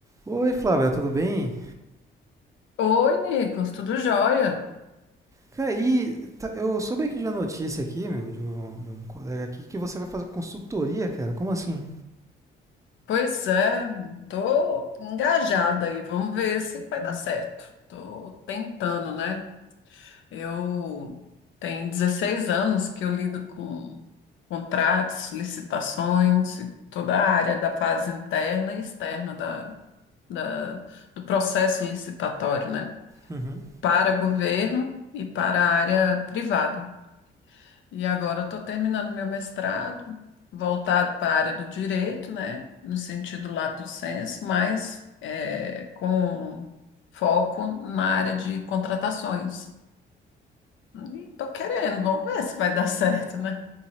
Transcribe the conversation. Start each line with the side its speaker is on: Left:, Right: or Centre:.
Right: Oi, Flávia, tudo bem?
Left: Oi, Nicolas, tudo jóia?
Right: Cara, e tá- eu soube aqui de uma notícia aqui, meu, de um, de um colega aqui, que você vai fazer consultoria, cara. Como assim?
Left: Pois é, tô engajada aí, vamos ver se vai dar certo. Tô tentando, né? Eu tenho 16 anos que eu lido com contratos, licitações e toda a área da fase interna e externa da, da- do processo licitatório, né?
Right: Uhum.
Left: Para governo e para a área privada. E agora eu estou terminando meu mestrado, voltado para a área do direito, né? No sentido lato sensu, mas é, com foco na área de contratações. E estou querendo, vamos ver se vai dar certo, né?